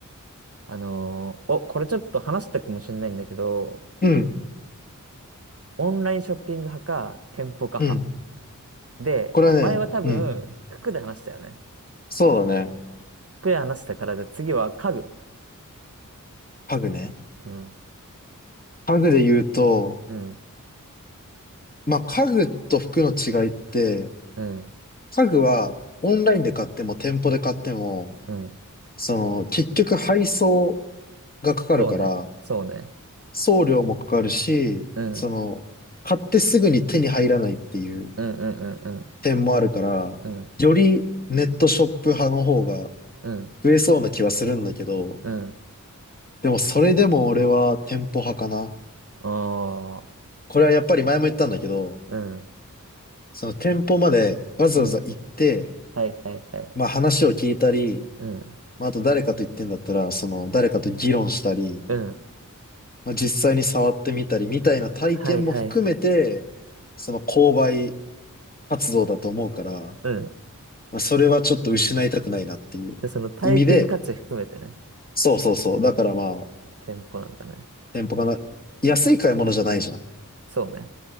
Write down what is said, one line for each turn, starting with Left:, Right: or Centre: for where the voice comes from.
Right: あのーお、これちょっと話したかもしれないんだけど、
Left: うん。
Right: オンラインショッピング派か、店舗化派。
Left: うん。
Right: で、
Left: これはね、
Right: 前は多分、
Left: うん。
Right: 服で話したよね。
Left: そうだね。
Right: 服で話したから、じゃあ次は家具。
Left: 家具ね。
Right: うん、
Left: 家具で言うと、
Right: うん、
Left: まあ家具と服の違いって、
Right: うん、
Left: 家具はオンラインで買っても店舗で買っても、
Right: うん。
Left: その結局配送がかかるから、
Right: そうね、そうね。
Left: 送料もかかるし、
Right: うん、
Left: その、
Right: うん、
Left: 買ってすぐに手に入らないっていう
Right: うん、うん、
Left: 点もあるから、
Right: うん、
Left: よりネットショップ派の方が
Right: うん、うん。
Left: 増えそうな気はするんだけど、
Right: うん
Left: でもそれでも俺は店舗派かな。
Right: ああ
Left: これはやっぱり前も言ったんだけど、
Right: ー、うん、
Left: その店舗までわざわざ行って、
Right: うん。はい、はい、はい。
Left: まあ話を聞いたり、
Right: うん、
Left: まああと誰かと言ってんだったら、その誰かと議論したり、
Right: うん。
Left: まあ実際に触ってみたりみたいな体験も含めて、
Right: はい、はい、はい。
Left: その購買活動だと思うから、
Right: うん。
Left: まあ、それはちょっと失いたくないなっていう意味で、
Right: で、その体験価値含めてね、
Left: そうそうそう。だからまあ、
Right: 店舗なんだね。
Left: 店舗かな。安い買い物じゃないじゃん。
Right: そうね。